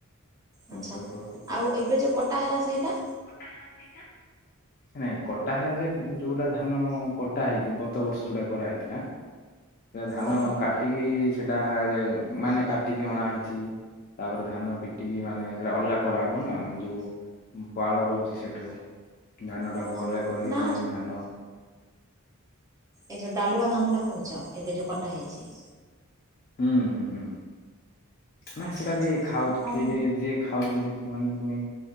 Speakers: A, on the left; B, on the right.
A: <unintelligible>
B: ଆଚ୍ଛା। ଆଉ ଏବେ ଯୋଉ କଟା ହେଲା ସେଇଟା?
A: କଟା ହେଲା ସେଇଟା ନାଇଁ କ ଟା ହେଲା ଯେ ଯୋଉଟା ଧାନ କଟା ହେଇନି ଗତ ବର୍ଷ ଯୋଉଟା କରାହେଇଥିଲା ସେଆ ଧାନ
B: ଓ
A: କାଟିକି ସେଟାରେ ମାନେ କାଟିକି ଅଣା ହେଇଚି। ତାପରେ ଧାନ ପିଟିକି ମାନେ ସେଉଡା ଅଲଗା କରାହବ ନା ଯୋଉ ଉଁ ପାଳ ରହୁଚି ସେଠୁ ଧାନଟାକୁ
B: ଓହୋ
A: ଅଲଗା କରିକି
B: ନା
A: ପୁଣି ଧାନ
B: ଏଇ ଯୋଉ ଡାଲୁଆ ଧାନଟା କୋହୁଚ ଏବେ ଯୋଉ କଟାହେଇଚି।
A: ହୁଁ ହୁଁ ହୁଁ ନାଇଁ
B: ଆଚ୍ଛା
A: ସେଟା
B: ଆଚ୍ଛା
A: ବି ଖାଉ
B: ହଁ
A: କିଏ ଯିଏ ଖାଉଛନ୍ତି ସେମାନେ ପୁଣି